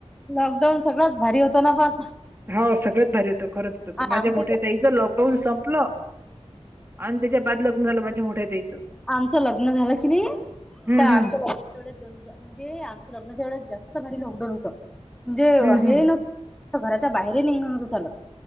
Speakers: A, in the centre; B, on the right.
A: लॉकडाऊन सगळ्यात भारी होताना फार
B: हो सगळ्यात भारी होतं खरंच होत
A: आमचं
B: माझ्या मोठ्या लॉक होऊन संपलं आणि त्याच्या बाद लग्न झालं माझ्या मोठ्या ताईच
A: आमचं लग्न झालं की नाही
B: हं,
A: तर आमचं
B: हं,
A: लग्न तेवढ्यात दोन ज म्हणजे आमच्या लग्नाच्या वेळेस जास्त भारी लॉकडाऊन होतं म्हणजे
B: हं,
A: हे
B: हं.
A: लग्न घराच्या बाहेर ही निघण न नव्हत झालं